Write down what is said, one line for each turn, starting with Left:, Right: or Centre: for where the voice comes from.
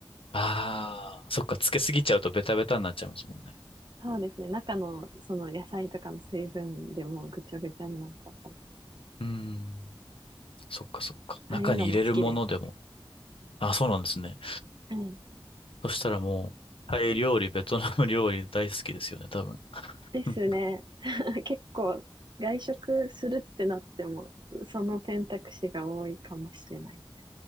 Left: ああ、そっか。つけすぎちゃうとベタベタになっちゃいますもんね。
Right: そうですね。中のその野菜とかの水分でもうぐちゃぐちゃになんかったりするので
Left: うーん。そっかそっか。
Right: ああいうのも好きです。
Left: 中に入れるものでも。あ、そうなんですね。
Right: はい。
Left: そしたらもう、タイ料理、ベトナム料理大好きですよね、多分。<laughs>
Right: ですね。
Left: うん
Right: <laughs> 結構外食するってなっても、その選択肢が多いかもしれない。